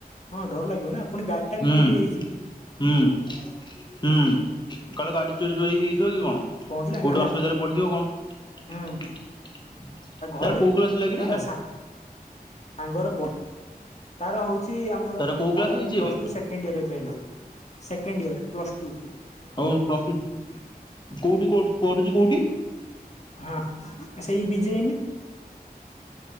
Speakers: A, on the left (about 45°); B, on the left (about 30°).
A: ହଁ ଡର ଲାଗିବ ନା ପୁଣି ଗାଡି ଟା ବି
B: ହୁଁ।
A: ନେଇକି ଯାଇଛି
B: ହୁଁ ହୁଁ କହିଲ ଗାଡି ଚୋରି ଚୋରି ହେଇଥିବ କି କଣ।
A: ପହଞ୍ଚିଲା
B: କୋଉଠି
A: ନା ହେଲା
B: ଅସୁବିଧାରେ ପଡିଥିବ କଣ?
A: ହୁଁ
B: ତାର
A: ତା ଘରେ
B: କୋଉ କଲାସ ଲାଗି
A: ନା
B: ଯେ
A: ତା ସାଙ୍ଗର ତାର ହଉଛି ଆମର
B: କୋଉ କ୍ଲାସ
A: ତାର
B: ହେଇଛି
A: ପ୍ଲସ୍
B: ଏବେ
A: ଟୁ ସେକେଣ୍ଡ ଇୟର ଏବେ ହେଲା। Second year plus two.
B: ଆଉ ପ୍ର କୋଉଠି କୋଉଠି ପଢୁଛି କୋଉଠି।
A: ହଁ ସେଇ ବିଜେମ।